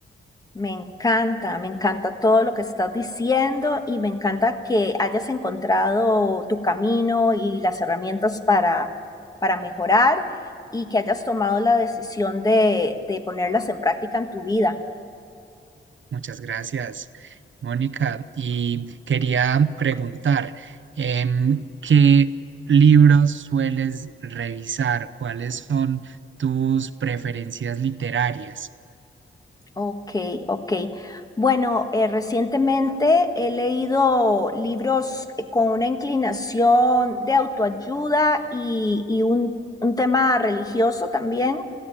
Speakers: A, on the left; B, on the right.
A: Me encanta, me encanta todo lo que estás diciendo y me encanta que hayas encontrado tu camino y las herramientas para, para mejorar y que hayas tomado la decisión de, de ponerlas en práctica en tu vida.
B: Muchas gracias, Mónica. Y quería preguntar, em, ¿qué libros sueles revisar? ¿Cuáles son tus preferencias literarias?
A: Ok, ok. Bueno, eh, recientemente he leído libros eh, con una inclinación de autoayuda y, y un, un tema religioso también,